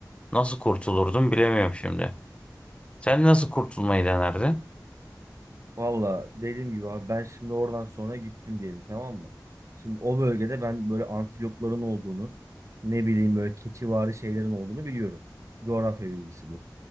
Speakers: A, on the left (about 15°); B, on the right (about 45°).
A: nasıl kurtulurdum bilemiyorum şimdi. Sen nasıl kurtulmayı denerdin?
B: Valla dediğim gibi abi ben şimdi oradan sonra gittim diyelim tamam mı? Şimdi o bölgede ben böyle antilopların olduğunu ne bileyim böyle keçivari şeylerin olduğunu biliyorum. Coğrafya bilgisi bu.